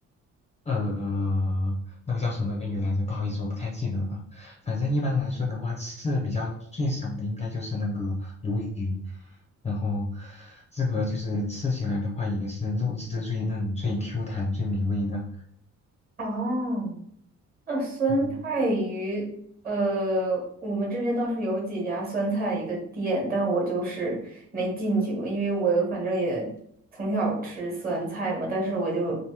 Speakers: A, on the left; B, on the right.
A: 呃，那个叫什么鱼来着？不好意思，我不太记得了。反正一般来说的话，刺比较最少的应该就是那个鲈鱼，然后这个就是吃起来的话，也是肉质最嫩、最 Q 弹、最美味的。
B: 哦，那酸菜鱼，
A: 嗯。
B: 呃，我们这边倒是有几家酸菜鱼的店，但我就是没进去过，因为我反正也从小吃酸菜嘛，但是我就